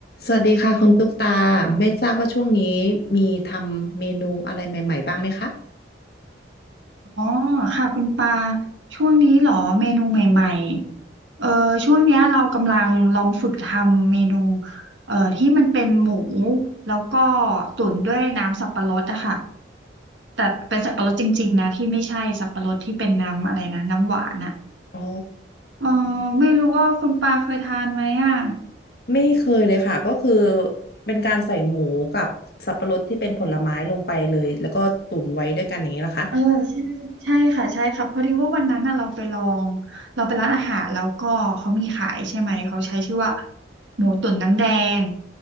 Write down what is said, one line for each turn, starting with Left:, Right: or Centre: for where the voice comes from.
Left: สวัสดีค่ะคุณตุ๊กตาไม่ทราบว่าช่วงนี้มีทำเมนูอะไรใหม่ๆบ้างไหมคะ
Right: อ๋อค่ะคุณปาช่วงนี้เหรอเมนูใหม่ๆเออช่วงเนี้ยเรากำลังลองฝึกทำเมนูเอ่อที่มันเป็นหมูแล้วก็ตุ๋นด้วยน้ำสับปะรดอะค่ะแต่เป็นสับปะรดจริงๆนะที่ไม่ใช่สับปะรดที่เป็นน้ำอะไรนะน้ำหวานอะ
Left: อ๋อ
Right: เออไม่รู้ว่าคุณปาเคยทานไหมอะ
Left: ไม่เคยเลยค่ะก็คือเป็นการใส่หมูกับสับปะรดที่เป็นผลไม้ลงไปเลยแล้วก็ตุ๋นไว้ด้วยกันอย่างนี้เหรอคะ
Right: เออใช่ใช่ค่ะใช่ครับพอดีว่าวันนั้นน่ะเราไปลองเราไปร้านอาหารแล้วก็เขามีขายใช่ไหมเขาใช้ชื่อว่าหมูตุ๋นน้ำแดง